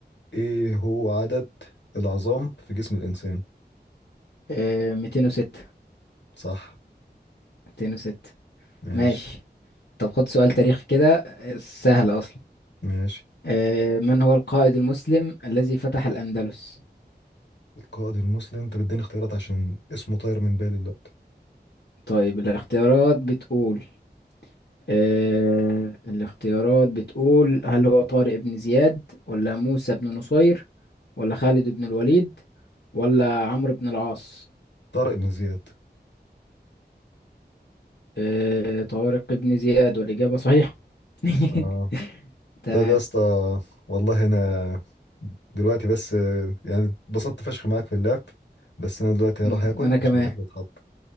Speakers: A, on the left; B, on the left.
A: ايه هو عدد العظام في جسم الانسان
B: آه 206
A: صح
B: 206
A: ماشي
B: ماشي طب خد سؤال تاريخ كده آه، سهل أصلا
A: ماشي
B: آه، من هو القائد المسلم الذي فتح الأندلس؟
A: القائد المسلم انت بتديني اختيارات عشان اسمه طاير من بالي دلوقتي
B: طيب الاختيارات بتقول آه، الاختيارات بتقول هل هو طارق بن زياد ولا موسى بن نصير ولا خالد بن الوليد ولا عمرو بن العاص
A: طارق بن زياد
B: آه، طارق بن زياد والإجابة صحيحة <laughs>
A: اه
B: تمام
A: طيب يا اسطى والله انا دلوقتي بس يعني اتبسطت فشخ معاك في اللعب بس انا دلوقتي
B: مم،
A: هروح اكل
B: وأنا كمان
A: عشان الاكل اتحط